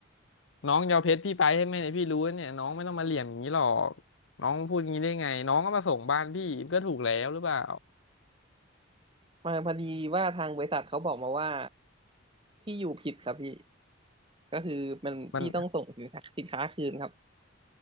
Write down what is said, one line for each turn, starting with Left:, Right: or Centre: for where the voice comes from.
Left: น้องยอาเพชรพี่ไปให้ไห่เนี่ยพี่รู้เนี่ยน้องไม่ต้องมาเหลี่ยมอย่างนี้หรอกน้องพูดอย่างนี้ได้ไงน้องก็มาส่งบ้านพี่ก็ถูกแล้วหรือเปล่า
Right: มาพอดีว่าทางบริษัทเขาบอกมาว่าที่อยู่ผิดครับพี่ ก็คือมันพี่ต้องส่งสินค้าสินค้าคืนครับ
Left: มัน